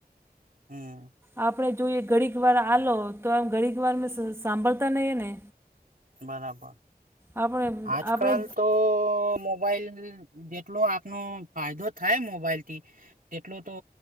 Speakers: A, on the right; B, on the right.
A: હમ.
B: આપણે જોઈએ ઘડીક વાર આલો તો, આમ ઘડીક વાર મેં સાંભળતા નહી ને.
A: બરાબર.
B: આપણે
A: આજકાલ
B: આપણે
A: તો મોબાઈલ જેટલો આપનો ફાયદો. થાય, મોબાઈલ થી તેટલો તો